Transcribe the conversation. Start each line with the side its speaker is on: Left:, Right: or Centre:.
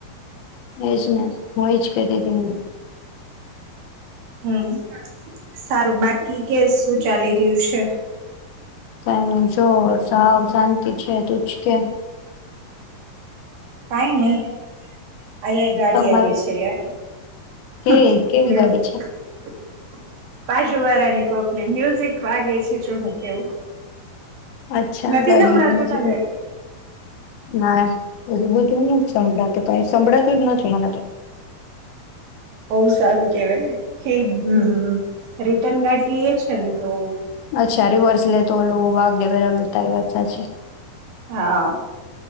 Left: એજ ને હું એજ કેતીતી એને
Right: હમ્મ, સારું બાકી કે, શું ચાલી રહ્યું છે?
Left: કાઈ નહીં જો સાવ <unintelligible> <inaudible> તું જ કે
Right: કાઈ નહી. અલ્યા ગાડી
Left: તમારે
Right: આવી છે યાર
Left: કે
Right: <unintelligible>
Left: કેવી ગાડી છે
Right: બાજુ વાળા ની કોકની મ્યુઝિક વાગે છે જો ને કેવું.
Left: અચ્છા
Right: નથી
Left: ગાડીમાં
Right: સંભળાતું
Left: <unintelligible>
Right: તને
Left: ના <unintelligible> <unintelligible> સંભળાતું કાંઈ, સંભળાતું જ નથી મને તો.
Right: બવ સારું કેવાય. <unintelligible>
Left: હમ
Right: <unintelligible> ગાડી લઈએ છે ને તો.
Left: અચ્છા રિવર્સ લે તો ઓલું વાગે બરાબર. તારી વાત સાચી.
Right: હા